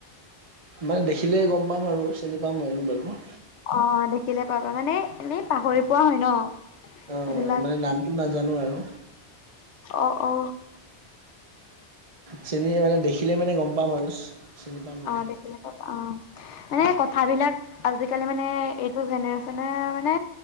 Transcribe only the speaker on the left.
অঁ দেখিলে পাবা মানে এনেই পাহৰি পোৱা হয় ন।
এইবিলাক
অ অ।
অ দেখিলে পাবা অঁ। মানে কথাবিলাক আজিকালি মানে এইটো জেনেৰেচনে মানে